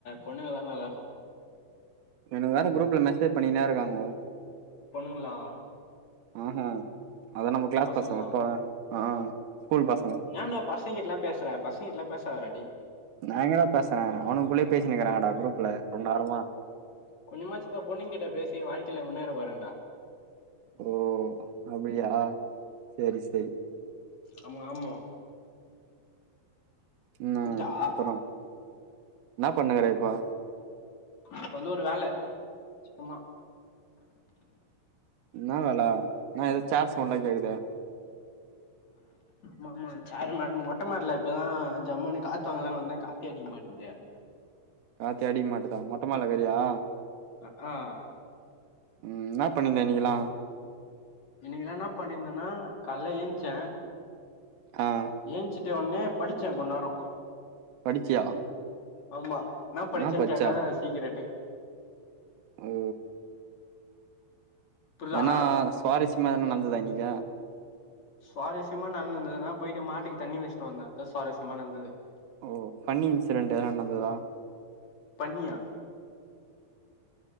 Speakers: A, on the left (about 45°); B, on the right (about 80°).
A: பொண்ணுங்கதா நல்லா இருக்கு
B: எனக்கு வேற குரூப்ல மெசேஜ் பண்ணின்னே இருக்காங்கோ
A: பொண்ணுங்ளா?
B: ஊகு அதா நம்ம கிளாஸ்
A: பசங்களா
B: பசங்க மட்டு ஆ ஸ்கூல் பசங்க
A: ஏன்டா பசங்க கிட்டலாம் பேசுற பசங்க கிட்டலாம் பேசாதடா டேய்
B: நா எங்கடா பேசறே அவனுகளுக்குள்ளயே பேசினுருக்கிறாங்கடா குரூப்ல கொஞ்ச நேரமா
A: கொஞ்சமாச்சு பொண்ணுங்ககிட்ட பேசி வாழ்க்கைல முன்னேற பாருங்கடா
B: ஓ அப்டியா செரி செரி
A: ஆமா ஆமா
B: இன்னா
A: புரியுதா
B: அப்புறோ என்னா பண்ணினுருக்கற இப்போ?
A: இப்ப வந்து ஒரு வேல சும்மா
B: இன்னா வேல? இன்னா எதோ சேர் சவுண்ட்லா கேக்குது
A: ஆமா ஆமா சேரு நக மொட்ட மாடில இப்பதா ஜம்முனு காத்து வாங்கலான்னு வந்தே காத்தே அடிக்க மாட்டேன்து
B: காத்தே அடிக்க மாட்டுதா மொட்ட மாடில இக்கறயா
A: ஆ ஆ
B: ம் என்னா பண்ணினுருந்த நீயெல்லா
A: இன்னக்கி என்னென்னா பண்ணிருந்தே ன்னா கால்ல ஏந்ச்சே
B: ஆ
A: ஏந்ச்சிட்ட ஒட்னே படிச்சே கொஞ்ச நேரோ
B: படிச்சியா?
A: ஆமா என்னா படிச்சேன்னு
B: என்ன படிச்ச
A: கேக்காத அது சீக்ரெட்டு
B: ஓ
A: புரியுதா
B: எதுனா சுவாரஸ் யமா எதுனா நடந்துதா இன்னக்கி
A: சுவாரஸ்யமா நடந்திருந்ததுன்னா போயிட்டு மாட்டுக்கு தண்ணி வச்ட்டு வந்தே அதா சுவாரஸ்யமா நடந்தது
B: ஓ ஃபன்னி இன்சிடென்டு எதா நடந்துதா
A: பன்னியா